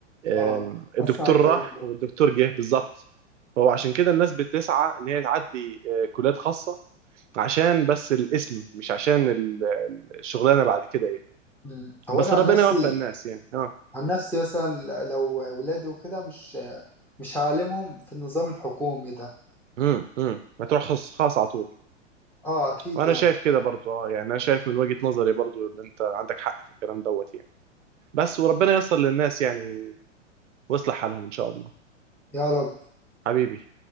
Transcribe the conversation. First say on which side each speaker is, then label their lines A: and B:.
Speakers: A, on the right (about 75°); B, in the centre.
A: آم،
B: اه
A: الدكتور
B: اسمع الكلام
A: راح
B: ده
A: والدكتور جه بالظبط فهو عشان كده الناس بتسعى ان هي تعدي آه، كليات خاصة عشان بس الاسم مش عشان ال- الشغلانة بعد كده ايه
B: مم. هو
A: بس
B: انا
A: ربنا
B: عن نفسي
A: يوفق الناس يعني اه
B: عن نفسي مثلا لو ولادي وكده مش مش هعلمهم في النظام الحكومي ده
A: امم امم هتروح خاص خاص على طول
B: اه اكيد
A: وانا
B: يعني
A: شايف كده برضو اه يعني انا شايف من وجهة نظري برضو ان انت عندك حق في الكلام دوت يعني بس وربنا ييسر للناس يعني و... ويصلح حالهم ان شاء الله
B: يا رب
A: حبيبي